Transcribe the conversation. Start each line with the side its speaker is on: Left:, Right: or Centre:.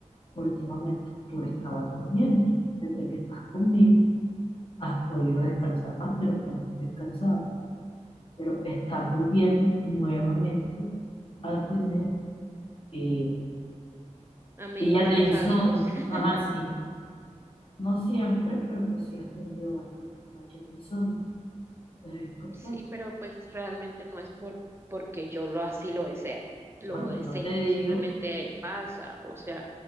Left: últimamente tú estabas durmiendo. Desde que estás conmigo has podido descansar más de lo que antes descansaba pero estás volviendo nuevamente a tener eh,
Right: a mis
Left: días
Right: malos
Left: de insomnio.
Right: hábitos. <laughs>
Left: Ajá, sí, no siempre, pero pues sí has tenido bastantes noches de insomnio. Entonces es preocupante.
Right: Sí, pero pues realmente no es por porque yo lo así lo desea, lo
Left: No, yo
Right: desee,
Left: no te digo,
Right: simplemente pasa, o sea,